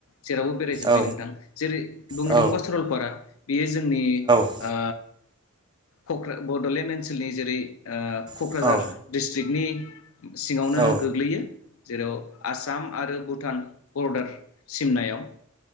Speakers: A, on the left (about 80°); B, on the right (about 20°).
A: जेरावबो बेरायजोब्बाय
B: औ
A: नोंथां जेरै बुंनो
B: औ
A: थाङोबा सरलपारा। बेयो जोंनि
B: औ
A: ओ कक्रा बड'लेण्ड ओनसोलनि जेरै ओ। क'क्राझार
B: औ
A: दिस्ट्रिकनि सिङावनो
B: औ
A: गोग्लैयो जेराव आसाम आरो भुटान बरडार सिमनायाव